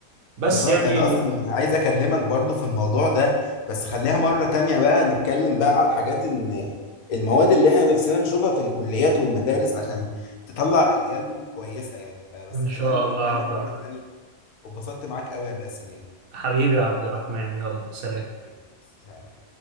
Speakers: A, on the right (about 75°); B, on the left (about 85°).
A: بس
B: بالظبط
A: يعني
B: انا اصلا عايز اكلمك برضو في الموضوع ده بس خليها مرة تانية بقى نتكلم بقى على الحاجات ان المواد اللي احنا نفسنا نشوفها في الكليات والمدارس عشان تطلع اجيال كويسة يعني فبس
A: ان شاء
B: خلينا نتكلم
A: الله يا عبد الرحمن
B: مرة تانية واتبسطت معاك قوي يا باسم يعني
A: حبيبي يا عبد الرحمن يلا سلام
B: حبيبي. سلام.